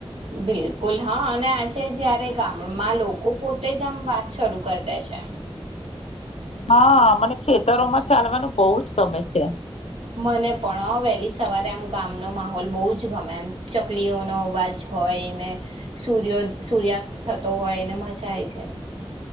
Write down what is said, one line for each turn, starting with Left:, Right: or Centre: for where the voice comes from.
Right: બિલકુલ હા અને આજે જયારે ગામમાં લોકો પોતે જ આમ વાત શરૂ કરી દે છે
Left: હા મને ખેતરોમાં ચાલવાનું બહુ જ ગમે છે
Right: મને પણ વહેલી સવારે આમ ગામનો માહોલ બહુ જ ગમે એમ ચકલીઓનો અવાજ હોયને સૂર્યો સૂર્યાસ્ત થતો હોય ને મજાાય જાય